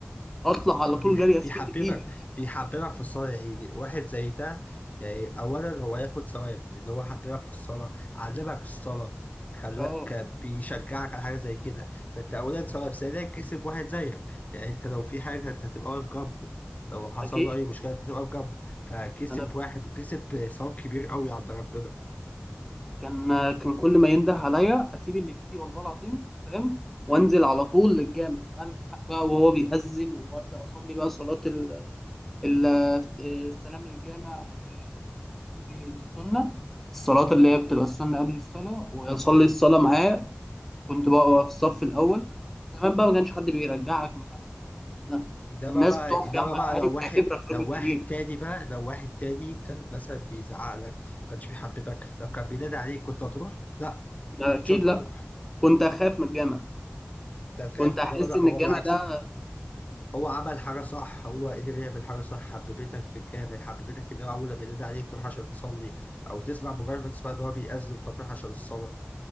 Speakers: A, in the centre; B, on the left.
A: أطلع على
B: فبيحببك
A: طول جري أسيب اللي في إيدي
B: بيحببك في الصلاة يعني واحد زي ده يعني أولا هو ياخد ثواب لأن هو حببك في الصلاة علمك الصلاة خلاك
A: أه
B: بيشجعك على حاجة زي كده فأنت أولا ثواب ثانيا كسب واحد زيك يعني أنت لو في حاجة أنت هتبقى واقف جنبه لو حصل
A: أكيد
B: له أي مشكلة أنت هتبقى واقف جنبه فكسب
A: أنا
B: واحد وكسب ثواب كبير قوي عند ربنا
A: كان كان كل ما ينده عليا اسيب اللي في ايدي والله العظيم فاهم وانزل على طول للجامع الحق بقى وهو بيأذن وابدا اصلي بقى صلاه ال... ال... السلام للجامع واصلي السنه الصلاه اللي هي بتبقى السنه قبل الصلاه واصلي الصلاه معاه كنت بقى في الصف الاول زمان بقى ما كانش حد بيرجعك مكانك لا
B: انما
A: الناس
B: بقى
A: بتقف
B: انما
A: جنبك
B: بقى
A: عادي
B: لو
A: وبتعتبرك
B: واحد لو
A: راجل كبير
B: واحد تاني بقى لو واحد تاني كان مثلا بيزعق لك ما كانش بيحببك لو كان بينادي عليك كنت هتروح لا
A: أنا
B: كنتش
A: اكيد
B: هتروح
A: لا كنت اخاف من الجامع
B: كنت هتخاف
A: كنت
B: انما
A: احس
B: لا
A: ان
B: هو
A: الجامع
B: بالعكس
A: ده
B: هو عمل حاجه صح هو قدر يعمل حاجه صح حببتك في الجامع حببتك ان هو اول ما ينادي عليك تروح عشان تصلي او تسمع مجرد ما تسمع ان هو بيأذن فتروح عشان الصلاه